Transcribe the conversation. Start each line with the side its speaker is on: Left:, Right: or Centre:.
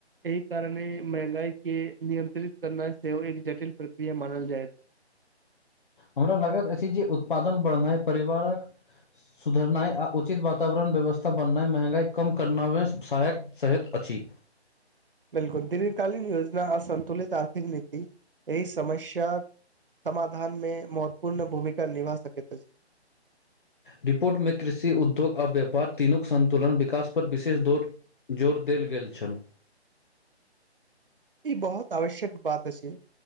Right: एहि कारणे महंगाई के नियंत्रित करना सेहो एक जटिल प्रक्रिया मानल जायैत
Left: हमरा लगैत अछि जे उत्पादन बढ़नाइ परिवारक सुधरनाइ, उचित वातावरण व्यवस्था बननाइ, महँगाई कम करनाइ व सहायक। सहित अछि।
Right: बिल्कुल, दीर्घकालीन योजना, असन्तुलित आर्थिक नीति एहि समस्या। समाधानमे महत्वपूर्ण भूमिका निभा सकैत अछि।
Left: रिपोर्टमे कृषि, उद्योग आ व्यापार तीनूके सन्तुलित विकास पर विशेष जोर जोर देल गेल छन।
Right: ई बहुत आवश्यक बात अछि।